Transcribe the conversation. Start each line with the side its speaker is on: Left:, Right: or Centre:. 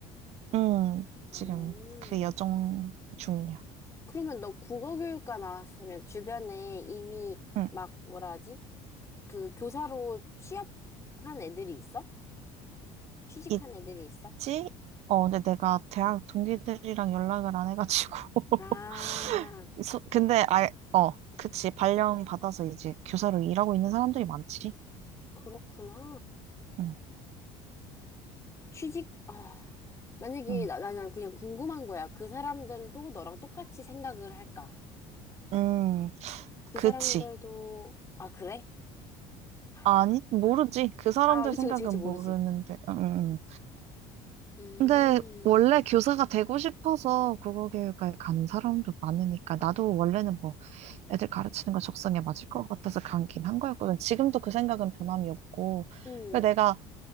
Right: 응,
Left: 오.
Right: 지금 그 여정 중이야.
Left: 그러면 너 국어교육과 나왔으면 주변에 이미
Right: 응.
Left: 막 뭐라 하지? 그 교사로 취업한 애들이 있어? 취직한
Right: 이
Left: 애들이 있어?
Right: 지? 어, 근데 내가 대학 동기들이랑 연락을 안 해가지고. <laughs>
Left: 아,
Right: 소- 근데, 아, 어, 그치. 발령 받아서 이제 교사로 일하고 있는 사람들이 많지.
Left: 그렇구나.
Right: 응,
Left: 취직, 아, 만약에
Right: 응.
Left: 나, 나 그냥 궁금한 거야. 그 사람들도 너랑 똑같이 생각을 할까?
Right: 음,
Left: 그
Right: 그치.
Left: 사람들도, 아, 그래? 아,
Right: 아니, 모르지. 그 사람들
Left: 아, 그치,
Right: 생각은
Left: 그치, 그치, 모르지.
Right: 모르는데. 음.
Left: 음,
Right: 근데 원래 교사가 되고 싶어서 국어교육과에 가는 사람도 많으니까 나도 원래는 뭐 애들 가르치는 거 적성에 맞을 것 같아서 가긴 한 거였거든. 지금도 그 생각은 변함이 없고.
Left: 음,
Right: 그러니까 내가